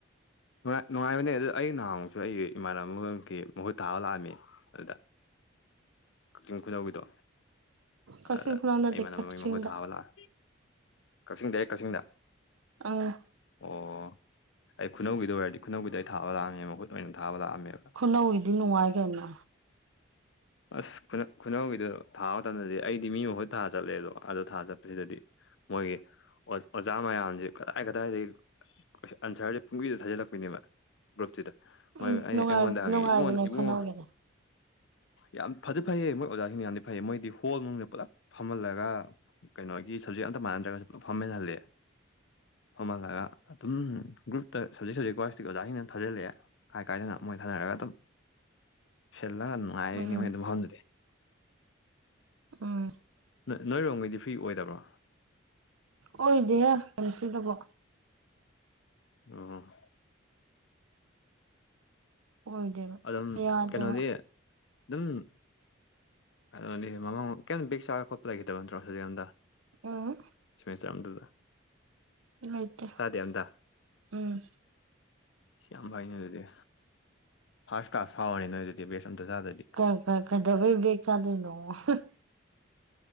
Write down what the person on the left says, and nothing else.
ꯅꯨꯡꯉꯥꯏ ꯅꯨꯡꯉꯥꯏꯕꯅꯦ ꯑꯗꯨ ꯑꯩ ꯅꯍꯥꯟꯃꯨꯛꯁꯨ ꯑꯩ ꯏꯃꯥꯟꯅꯕꯑꯃꯈꯛꯀꯤ ꯃꯍꯨꯠ ꯊꯥꯕ ꯂꯥꯛꯑꯝꯃꯤ ꯑꯗꯨꯗ ꯀꯥꯛꯆꯤꯡ ꯈꯨꯅꯧꯒꯤꯗꯣ
ꯑꯗꯨꯗ
ꯑꯩ ꯏꯃꯥꯟꯅꯕ
ꯑꯃꯒꯤ ꯃꯍꯨꯠ ꯊꯥꯕ ꯂꯥꯛ ꯀꯛꯆꯤꯡ ꯗꯥꯏꯔꯦꯛ ꯀꯛꯆꯤꯡꯗ
ꯑꯣ ꯑꯩ ꯈꯨꯅꯧꯒꯤꯗꯣ ꯑꯣꯏꯔꯗꯤ ꯈꯨꯅꯧꯒꯤꯗ ꯑꯩ ꯊꯥꯕ ꯂꯥꯛꯑꯝꯃꯦ ꯃꯍꯨꯠ ꯑꯣꯏꯅ ꯊꯥꯕ ꯂꯥꯛꯑꯝꯃꯦꯕ
ꯑꯁ ꯈꯨꯅꯧꯒꯤꯗꯨ ꯊꯥꯕ ꯃꯇꯝꯗꯗꯤ ꯑꯩꯗꯤ ꯃꯤ ꯃꯍꯨꯠ ꯊꯥ ꯆꯠꯂꯦ ꯑꯗꯣ ꯊꯥ ꯆꯠꯄꯁꯤꯗꯗꯤ ꯃꯣꯏꯒꯤ ꯑꯣꯖꯥ ꯃꯌꯥꯝꯁꯤ ꯀꯗꯥꯏ ꯀꯗꯥꯏꯗꯩ <unintelligible> ꯑꯟꯁꯔꯁꯦ ꯄꯨꯡꯒꯤꯗ ꯊꯥꯖꯤꯜꯂꯛꯄꯤꯅꯦꯕ ꯒ꯭ꯔꯨꯞꯇꯨꯗ ꯃꯣꯏ
ꯑꯩ
ꯑꯩꯉꯣꯟꯗ ꯍꯪꯉꯛꯑꯦ
ꯏꯕꯨꯡꯉꯣ ꯏꯕꯨꯡꯉꯣ
ꯌꯥꯝ ꯐꯗꯤ ꯐꯩꯌꯦ ꯃꯣꯏ ꯑꯣꯖꯥꯁꯤꯡꯗꯣ ꯌꯥꯝꯗꯤ ꯐꯩꯌꯦ ꯃꯣꯏꯗꯤ ꯍꯣꯜ ꯃꯅꯨꯡꯗꯅ ꯄꯨꯂꯞ ꯐꯝꯍꯜꯂꯒꯥ ꯀꯩꯅꯣꯒꯤ ꯁꯞꯖꯦꯛ ꯑꯝꯇ ꯃꯥꯟꯅꯗ꯭ꯔꯒꯁꯨ ꯄꯨꯂꯞ ꯐꯝꯃꯤꯟꯍꯜꯂꯦ ꯐꯝꯍꯜꯂꯒ ꯑꯗꯨꯝ ꯒ꯭ꯔꯨꯞꯇ ꯁꯕꯖꯦꯛ ꯁꯕꯖꯦꯛ ꯋꯥꯏꯁꯇꯒꯤ ꯑꯣꯖꯥꯁꯤꯡꯅ ꯊꯥꯖꯤꯜꯂꯛꯑꯦ ꯀꯥꯏ ꯀꯥꯏꯗꯩꯅꯣ ꯃꯣꯏ ꯊꯥꯅꯔꯒ ꯑꯗꯨꯝ ꯁꯤꯜꯂꯒ ꯅꯨꯡꯉꯥꯏꯔꯤꯅꯤ
ꯃꯣꯏ ꯑꯗꯨ ꯃꯐꯝꯗꯨꯗꯤ
ꯅꯣꯏ ꯅꯣꯏꯔꯣꯝꯒꯤꯗꯤ ꯐ꯭ꯔꯤ ꯑꯣꯏꯗꯕ꯭ꯔꯣ
<unintelligible>
ꯑꯗꯨꯝ
ꯀꯩꯅꯣꯗꯤ ꯑꯗꯨꯝ ꯀꯩꯅꯣꯅꯤ ꯃꯃꯥꯡ ꯀꯩꯝ ꯕꯦꯛ ꯆꯥꯕ ꯈꯣꯠꯄ ꯂꯩꯈꯤꯗꯕ ꯅꯠꯇ꯭ꯔꯣ ꯁꯕꯖꯦꯛ ꯑꯝꯗ
ꯁꯦꯃꯦꯁꯇ꯭ꯔ ꯑꯝꯇꯗ
ꯆꯥꯗꯦ ꯑꯝꯗ
ꯌꯥꯝ ꯐꯩ ꯑꯗꯨꯗꯤ ꯐꯥꯔꯁ ꯀ꯭ꯂꯥꯁ ꯐꯥꯎꯔꯅꯤ ꯅꯣꯏ ꯑꯗꯨꯗꯤ ꯕꯦꯛꯁꯨ ꯑꯝꯇ ꯆꯥꯗ꯭ꯔꯗꯤ